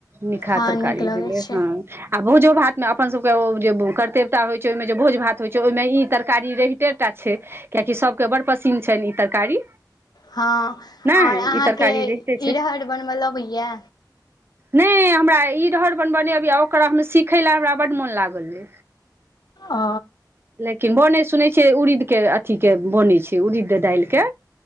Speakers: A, on the right; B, on the left.
A: निकहा
B: हँ
A: तरकारी
B: नीक लगै
A: भेलै,
B: छै
A: हाँ। आ भोजो भातमे अपन सभके ओ जे कर्तेवता होइ छै, ओहिमे जे भोज भात होइ छैय ओहिमे ई तरकारी रहिते ते टा छै कियाकि सबके बड़ पसिन्न छनि ई तरकारी।
B: हाँ
A: नहि
B: और
A: ई
B: अहाँके
A: तरकारी रहिते छै
B: इरहड़ बनबै लऽ अबैये।
A: नै हमरा इरहड़ बनबऽ नै अबैये, ओकरा सिखऽ ले हमरा बड मोन लागल अछि।
B: ओ
A: लेकिन बनै सुनैत छियै उड़ीदके अथीके बनैत छैय उड़ीद दालिके